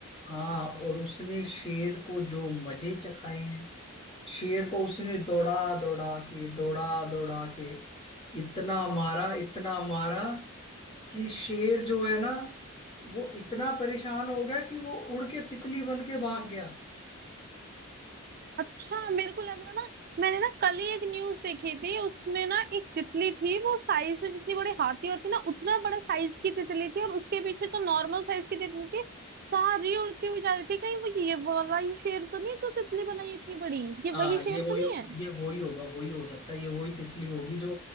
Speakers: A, on the left (about 25°); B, on the right (about 45°).
A: हाँ और उसने शेर को जो मजे चखाए हैं शेर को उसने दौड़ा दौड़ा के दौड़ा दौड़ा के इतना मारा इतना मारा कि शेर जो है ना वो इतना परेशान हो गया कि वो उड़ के तितली बन के भाग गया
B: अच्छा मेरे को लग रहा ना मैंने ना कल ही एक न्यूज देखी थी उसमें ना एक तितली थी वो साइज में जितनी बड़ी हाथी होती ना उतना बड़ा साइज की तितली थी और उसके पीछे तो नॉर्मल साइज की तितली थी सारी उड़ती हुई जा रही थी कहीं वो ये वाला ही शेर तो नहीं है जो तितली बनाई है इतनी बड़ी ये
A: हाँ
B: वही
A: ये
B: शेर
A: वही
B: तो नहीं है
A: ये वही होगा वही हो सकता है ये वही तितली होगी जो